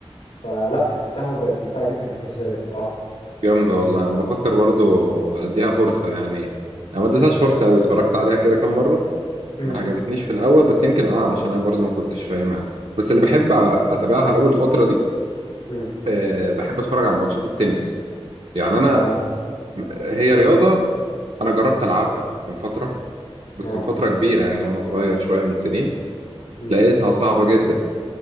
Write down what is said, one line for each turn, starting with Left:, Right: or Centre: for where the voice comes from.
Left: فلا فهمتها وبقت ممتعه جدا <laughs> بالنسبه لي الصراحه
Right: جامدة والله أنا بفكر برضو أديها فرصة يعني أنا ما اديتهاش فرصة أوي اتفرجت عليها كده كام مرة
Left: امم
Right: ما عجبتنيش في الأول بس يمكن أه عشان أنا برضو ما كنتش فاهمها بس اللي بحب
Left: امم
Right: أ- أتابعها أول فترة دي
Left: امم.
Right: أه بحب أتفرج على ماتشات التنس يعني أنا
Left: اه
Right: هي رياضة أنا جربت ألعبها من فترة بس
Left: اه
Right: من فترة كبيرة يعني وأنا صغير شوية من سنين
Left: امم
Right: لقيتها صعبة جدا